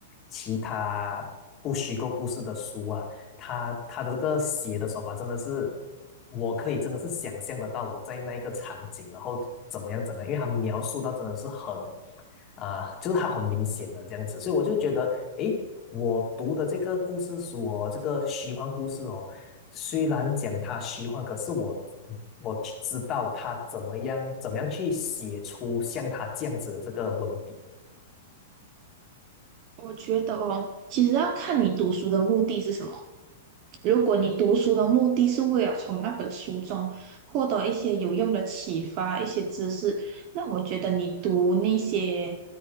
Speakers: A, on the left; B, on the right.
A: 其他不虚构故事的书啊。他他的这个写的手法真的是，我可以真的是想象得到我在那一个场景，然后怎么样怎么样，因为他描述到真的是很啊、呃就是他很明显的这样子，所以我就觉得，诶，我读的这个故事书哦，这个虚幻故事哦，虽然讲它虚幻，可是我我知道他怎么样怎么样去写出像他这样子的这个文笔。
B: 我觉得哦，其实要看你读书的目的是什么。如果你读书的目的是为了从那本书中获得一些有用的启发、一些知识，那我觉得你读那些